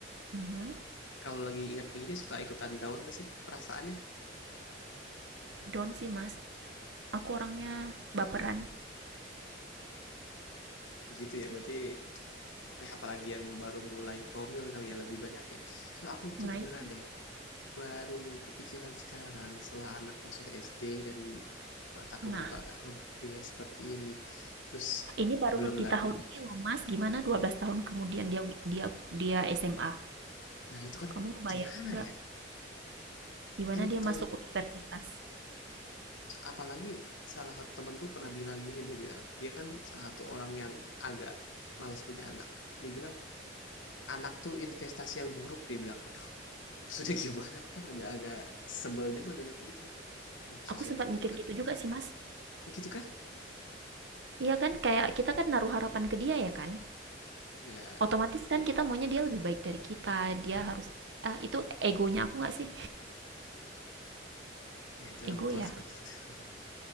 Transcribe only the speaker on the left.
kalau lagi ingat begini suka ikutan down gak sih perasaannya?
gitu ya, berarti eh apalagi yang baru mulai promil kali ya lebih banyak ya. So aku
tuh beneran deh baru kepikiran sekarang setelah anak masuk SD dan mata
kebuka kan oh biaya seperti ini. Terus
belum
lagi.
Nah itu kan
gimana
ya?
Kan
kalau
apalagi salah satu temanku pernah bilang gini dia bilang dia kan salah satu orang yang agak malas punya anak. Dia bilang anak tuh investasi yang buruk. Dia bilang aduh <laughs> sudah gimana? Aku kan agak-agak sebel juga dengar begitu kan. investasi
yang buruk
kan
Begitukah?
Ya,
ya itu
orang tua
seperti itu.